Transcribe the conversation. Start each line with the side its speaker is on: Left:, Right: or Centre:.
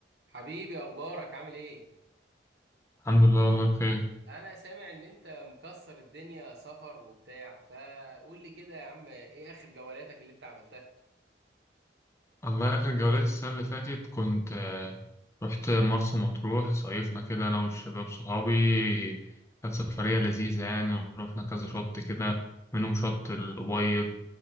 Right: حبيبي اخبارك عامل ايه
Left: الحمد لله والله بخير
Right: انا سامع ان انت مكسر الدنيا سفر وبتاع فقول لي كده يا عم ايه اخر جولاتك اللي انت عملتها
Left: الله آخر جولات السنة اللي فاتت كنت آه، رحت مرسى مطروح صيفنا كده أنا والشباب صحابي كانت سفرية لذيذة يعني رحنا كذا شط كده منهم شط الأبيض